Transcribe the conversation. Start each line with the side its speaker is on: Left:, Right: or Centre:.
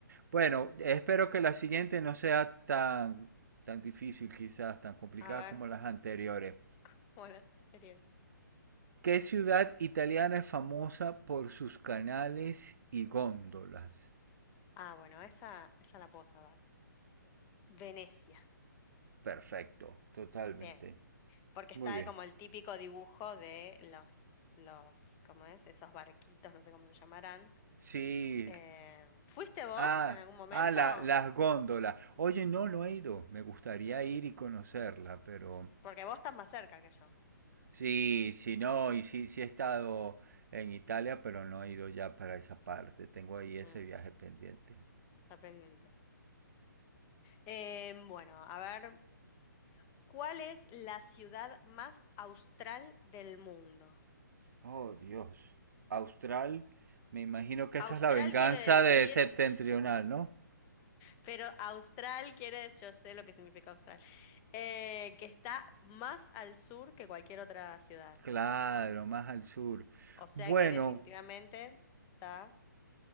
Right: Bueno, espero que la siguiente no sea tan, tan difícil, quizás tan complicada
Left: a ver,
Right: como las anteriores.
Left: <laughs> bueno, sería.
Right: ¿Qué ciudad italiana es famosa por sus canales y góndolas?
Left: Ah, bueno, esa, esa la puedo saber. Venecia.
Right: Perfecto, totalmente.
Left: Bien. Porque está
Right: Muy bien.
Left: como el típico dibujo de los, los, ¿cómo es? Esos barquitos, no sé cómo se llamarán.
Right: Sí.
Left: Eh, ¿fuiste vos
Right: Ah,
Left: en algún momento?
Right: ah la- las góndolas. Oye, no, no he ido. Me gustaría ir y conocerla, pero...
Left: Porque vos estás más cerca que yo.
Right: Sí, sí, no, y sí, sí he estado en Italia, pero no he ido ya para esa parte. Tengo ahí ese
Left: Mm,
Right: viaje pendiente.
Left: está pendiente. Eh, bueno, a ver, ¿cuál es la ciudad más austral del mundo?
Right: Oh, Dios. Austral, me imagino que
Left: Austral
Right: esa es la venganza
Left: quiere decir,
Right: de septentrional,
Left: <laughs>
Right: ¿no?
Left: pero austral quiere decir, yo sé lo que significa austral, eh, que está más al sur que cualquier otra ciudad.
Right: Claro, más al sur.
Left: O sea
Right: Bueno,
Left: que definitivamente está